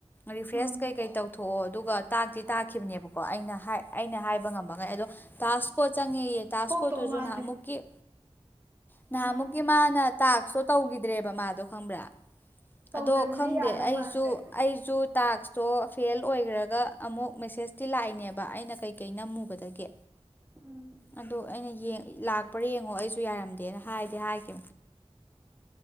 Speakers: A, on the left (about 15°); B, on the right (about 20°).
A: ꯔꯤꯐ꯭ꯔꯦꯁ
B: ꯎꯝ
A: ꯀꯩꯀꯩ ꯇꯧꯊꯣꯛꯑꯣ ꯑꯗꯨꯒ ꯇꯥꯛꯇꯤ ꯇꯥꯈꯤꯕꯅꯦꯕꯀꯣ ꯑꯩꯅ ꯍꯥꯏ ꯑꯩꯅ ꯍꯥꯏꯕ ꯉꯝꯕ ꯉꯩ ꯑꯗꯣ ꯇꯥꯁ ꯀꫭꯠ ꯆꯪꯉꯦꯌꯦ ꯇꯥꯁꯀꯣꯠꯇꯨꯁꯨ
B: ꯊꯣꯛꯇꯧ ꯃꯥꯟꯗꯦ
A: ꯅꯍꯥꯃꯨꯛꯀꯤ ꯅꯍꯥꯃꯨꯛ
B: ꯎꯝ
A: ꯃꯥꯅ ꯇꯥꯛꯁꯇꯣ ꯇꯧꯈꯤ ꯗ꯭ꯔꯦꯕ ꯃꯥꯗꫭ ꯈꯪꯕ꯭ꯔꯥ
B: ꯇꯧꯗ꯭ꯔꯃꯤꯅ
A: ꯑꯗꫭ ꯈꯪꯗꯦ
B: ꯌꯥꯗꯧ
A: ꯑꯩꯖꯨ
B: ꯃꯥꯟꯗ꯭ꯔꯦ ꯑꯗꯨꯗꯤ
A: ꯑꯩꯖꯨ ꯇꯥꯛꯁꯇꫭ ꯐꯦꯜ ꯑꫭꯏꯘ꯭ꯔ ꯒ ꯑꯃꯨꯛ ꯃꯦꯁꯦꯁꯇꯤ ꯂꯥꯛꯏꯅꯦꯕ ꯑꯩꯅ ꯀꯩꯀꯩ ꯅꯝꯃꯨꯕꯗꯒꯤ
B: ꯎꯝ
A: ꯑꯗꯣ ꯑꯩꯅ ꯌꯦꯡ ꯂꯥꯛꯄ꯭ꯔꯥ ꯌꯦꯡꯉꯣ ꯑꯩꯁꯨ ꯌꯥꯔꯝꯗꯦꯅ ꯍꯥꯏꯗꯤ ꯍꯥꯏ <inaudible>